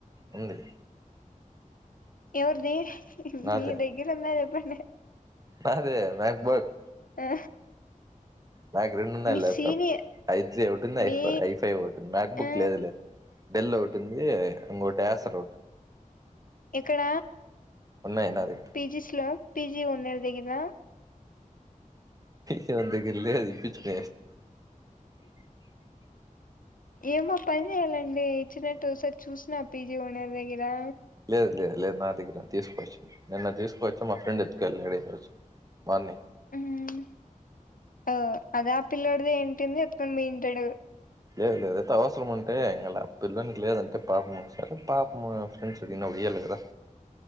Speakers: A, on the right; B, on the left.
A: ఉంది
B: ఎవరిది
A: నాదే
B: మీ దగ్గర ఉందా చెప్పం
A: నాదే మ్యాక్బగ్
B: ఆ
A: నాకు రెండున్నాయి.
B: మీ
A: ల్యాప్టాప్లు
B: సీనియర్
A: ఐ త్రీ ఒకటింది
B: మీ
A: ఐ ఐ ఫైవ్ ఒకటుంది. మ్యాక్ బుక్
B: ఆ
A: లేదు లే డెల్ ఒకటుంది ఇంకోట్ హసర్
B: ఇక్కడ
A: ఉన్నాయి నా దగ్గర
B: పీజీస్లో పిజీ ఉన్న దగనా
A: <unintelligible>
B: ఏమో పన్జేయాలండి ఇచ్చినట్టు ఒకసారి చూసిన పీజీ ఓనర్ దగ్గరా
A: లేదు లేదు లేదు నా దగ్గర తీసుకోవచ్చు నిన్న తీస్ వచ్చా మా ఫ్రెడ్ ఎత్తుకెల్లాడు ఈరోజు బన్ని
B: మ్మ్ ఆ అదే ఆ పిల్లోడిది ఏంటింది ఎత్తుకొని పోయి ఉంటాడు
A: లేదు లేదు అయితే అవసరం ఉంటే అలా పిల్లోనికి లేదంటే పాపమ్ సార పాపమ్మ ఫ్రెండ్స్ అడిగినప్పుడు ఈయలే కదా